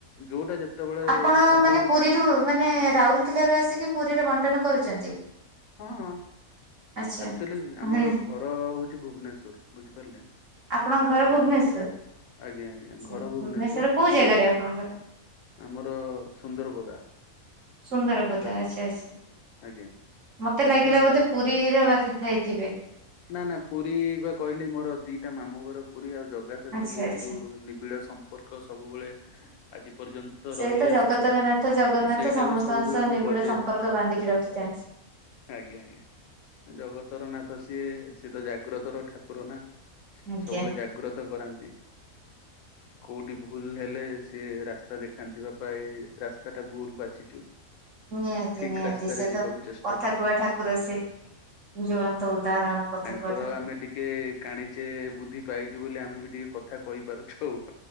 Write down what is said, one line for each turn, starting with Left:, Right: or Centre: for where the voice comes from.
Left: ଯୋଉଟା ଯେତେବେଳେ
Right: ଆପଣ
Left: ସବୁ
Right: ମାନେ ପୁରୀରୁ ମାନେ ରାଉରକେଲା ରୁ ଆସିକି ପୁରୀରେ ବଣ୍ଟନ କରୁଛନ୍ତି।
Left: ହଁ ହଁ
Right: ଆଚ୍ଛା।
Left: ଆକ୍ଚୁଲି ଆମର
Right: ମାନେ
Left: ଘର ହଉଛି ଭୁବନେଶ୍ଵର ବୁଝିପାରିଲେ।
Right: ଆପଣଙ୍କ ଘର
Left: ଘ
Right: ଭୁବନେଶ୍ଵର
Left: ଆଜ୍ଞା ଆଜ୍ଞା
Right: ଆଛା
Left: ଘର ଭୁବନେଶ୍ଵର।
Right: କୋଉ
Left: କିନ୍ତୁ
Right: ଜାଗାରେ ଆପଣଙ୍କର?
Left: ଆମର ସୁନ୍ଦରପଦା।
Right: ସୁନ୍ଦରବଦ
Left: ବୁଝିପାରିଲେ
Right: ଆଛା ଆଛା।
Left: ଆଜ୍ଞା
Right: ମତେ
Left: ସେଇଠି
Right: ଲାଗିଲା
Left: ଆମେ
Right: ବୋଧେ ପୁରୀ ହର ବାସି ହେଇଥିବେ।
Left: ନା ନା ପୁରୀ ବା କହିଲି ମୋର ଦିଟା ମାମୁଁ ଘର। ପୁରୀ ଆଉ ଜଗା ସହିତ
Right: ଆଚ୍ଛା
Left: ବହୁତ
Right: ଆଚ୍ଛା।
Left: ନିବିଡ଼ ସମ୍ପର୍କ ସବୁବେଳେ ଆଜି ପର୍ଯ୍ୟନ୍ତ
Right: ସେଇ
Left: ରହି
Right: ତ
Left: ଆସିଛି
Right: ଜଗତର ନାଥ ଜଗନ୍ନାଥ
Left: ତ ସେଇଟାକୁ
Right: ସମସ୍ତଙ୍କ
Left: ସବୁବେଳେ
Right: ସହ
Left: ମୁଁ
Right: ନିବିଡ
Left: ବଜେ
Right: ସମ୍ପର୍କ ବାନ୍ଧିକି ରଖିଥାନ୍ତି।
Left: ଆଜ୍ଞା ଆଜ୍ଞା। ଜଗତର ନାଥ ସିଏ ସିଏ ତ ଜାଗ୍ରତର ଠାକୁର ନା
Right: ଆଜ୍ଞା
Left: ସବୁବେଳେ ଜାଗ୍ରତ। ଭକ୍ତ କରାନ୍ତି। କୋଉଠି ଭୁଲ ହେଲେ ସେ ରାସ୍ତା ଦେଖାନ୍ତି ବାପା ଏ ରାସ୍ତା ଟା ଭୁଲ ବାଛିଛୁ।
Right: ନିହାତି
Left: ଠିକ
Right: ନିହାତି
Left: ରାସ୍ତାରେ
Right: ସେ
Left: ଯିବାକୁ
Right: ତ
Left: ଚେଷ୍ଟା
Right: କଥା
Left: କର।
Right: କୁହ ଠାକୁର ସେ ଜ୍ୱଳନ୍ତ ଉଦାହରଣ। କଥା
Left: ତାଙ୍କର
Right: କୁହା ଠାକୁର।
Left: ଆମେ ଟିକେ କାଣିଛେ ବୁଦ୍ଧି ପାଇଛୁ ବୋଲି ଆମେ ବି ଟିକେ କଥା କହିପାରୁଛୁ ଆଉ।